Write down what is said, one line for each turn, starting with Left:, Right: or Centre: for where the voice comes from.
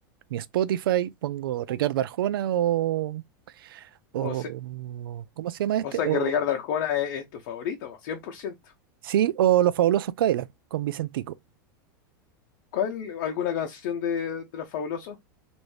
Right: mi Spotify, pongo Ricardo Arjona o, o
Left: O, se-
Right: ¿cómo se llama este?
Left: o sea
Right: O
Left: que Ricardo Arjona es, es tu favorito, 100%.
Right: sí, o Los Fabulosos Cadillac con Vicentico.
Left: ¿Cuál? ¿Alguna canción de, de Los Fabulosos?